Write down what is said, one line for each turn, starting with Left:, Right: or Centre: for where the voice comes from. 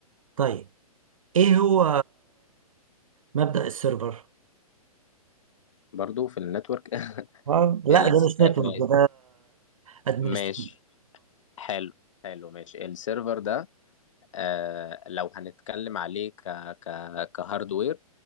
Right: طيب ايه هو مبدأ السيرفر
Left: برضو في النتورك <laughs>
Right: آه، لا
Left: الس...
Right: ده مش نتورك
Left: آه، ما-
Right: ده ادمنستريشن
Left: ماشي حلو حلو ماشي السيرفر ده آه، لو هنتكلم عليه ك ك كهاردوير